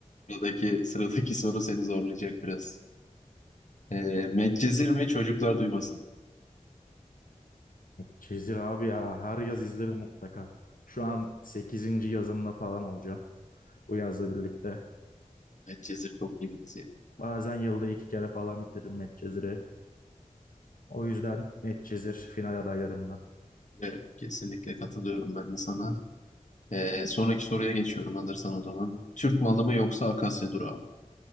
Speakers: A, on the left (about 60°); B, on the left (about 85°).
A: Sıradaki, sıradaki soru seni zorlayacak biraz. Ee, Medcezir mi çocuklar duymasın?
B: Çizir abi ya her yaz izlerim mutlaka. Şu an sekizinci yazımla falan olacağım bu yazla birlikte.
A: Medcezir çok iyi bir dizi.
B: Bazen yılda iki kere falan bitiririm Medcezir'i. O yüzden Medcezir final adaylarımdan.
A: Evet, kesinlikle katılıyorum ben de sana. Ee, sonraki soruya geçiyorum alırsan o zaman. Türk malı mı yoksa Akasya durağı mı?